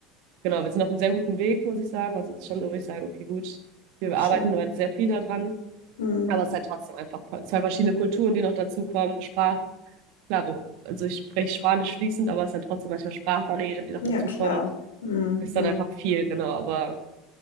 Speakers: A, on the right; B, on the left.
A: genau, wir sind auf einem sehr guten Weg, muss ich sagen. Also es ist schon so, wo ich sage, okay, gut, wir
B: Schön.
A: arbeiten heute sehr viel daran
B: Mhm.
A: aber es ist halt trotzdem einfach zwei verschiedene Kulturen, die noch dazukommen. Sprach, klar, also ich spreche Spanisch fließend, aber es sind trotzdem manchmal Sprachbarrieren, die noch
B: Ja,
A: dazukommen.
B: klar. Mhm.
A: Ist dann einfach viel, genau. Aber